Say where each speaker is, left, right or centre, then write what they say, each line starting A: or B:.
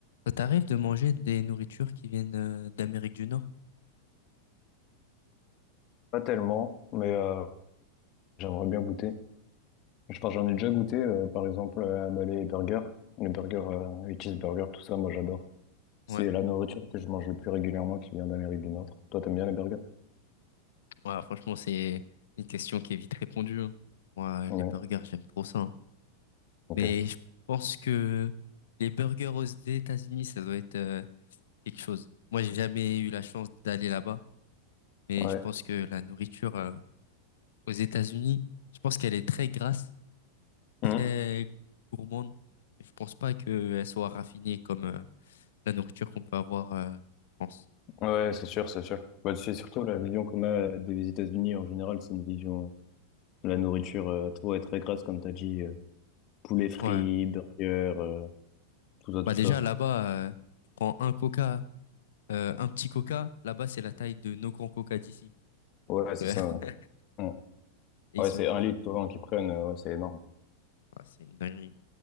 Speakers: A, on the left; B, on the left.
A: Ça t'arrive de manger des nourritures qui viennent euh, d'Amérique du Nord?
B: Pas tellement, mais euh, j'aimerais bien goûter. Enfin, j'en ai déjà goûté, euh, par exemple, euh, à Malais et Burger. Les burgers, euh, les cheeseburgers, tout ça, moi j'adore. C'est
A: Ouais,
B: la nourriture que je mange le plus régulièrement qui vient d'Amérique du Nord. Toi, t'aimes bien les burgers?
A: ouais, franchement, c'est une question qui est vite répondue. hein. Moi,
B: Ouais,
A: les burgers, j'aime trop ça. hein.
B: ok.
A: Mais je pense que les burgers aux États-Unis, ça doit être euh, quelque chose. Moi, j'ai jamais eu la chance d'aller là-bas, mais
B: Ouais.
A: je pense que la nourriture euh, aux États-Unis, je pense qu'elle est très grasse,
B: Mhm.
A: très gourmande. Je pense pas qu'elle soit raffinée comme euh, la nourriture qu'on peut avoir euh, en France.
B: Ouais, c'est sûr, c'est sûr. Bah, c'est surtout la vision qu'on a euh, des États-Unis en général, c'est une vision euh, de la nourriture euh, trop et très grasse, comme t'as dit, euh, poulet frit,
A: Ouais.
B: burger, euh, tout ça, tout
A: Bah déjà
B: ça.
A: là-bas, euh, tu prends un coca, euh, un petit coca, là-bas c'est la taille de nos grands coca d'ici.
B: Ouais, c'est
A: <laughs> Et
B: ça. Ouais,
A: ils
B: Ouais,
A: sont
B: c'est
A: tous.
B: un litre souvent qu'ils prennent, euh, ouais, c'est énorme.
A: Ah, c'est une dinguerie.